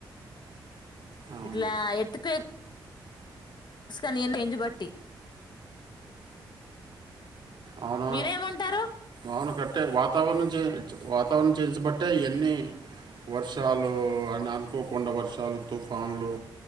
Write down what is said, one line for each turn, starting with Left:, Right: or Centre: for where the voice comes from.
Right: అవును
Left: ఇట్లా ఎర్త్ క్వేక్ గానీ ఎండబట్టి
Right: అవునవును
Left: మీరేమంటారు
Right: అవును కరెక్టే వాతావరణం చే వా వాతావరణం చేంజెస్ బట్టే ఇవన్నీ వర్షాలు అని అనుకోకుండా వర్షాలు తుఫాన్లు